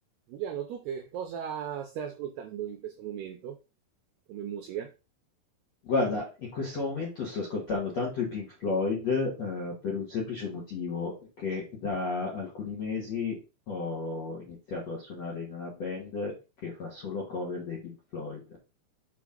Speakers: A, on the right (about 80°); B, on the left (about 65°).
A: Giuliano, tu che cosa stai ascoltando in questo momento come musica?
B: Guarda, in questo momento sto ascoltando tanto i Pink Floyd, eh, per un semplice motivo, che da alcuni mesi ho iniziato a suonare in una band che fa solo cover dei Pink Floyd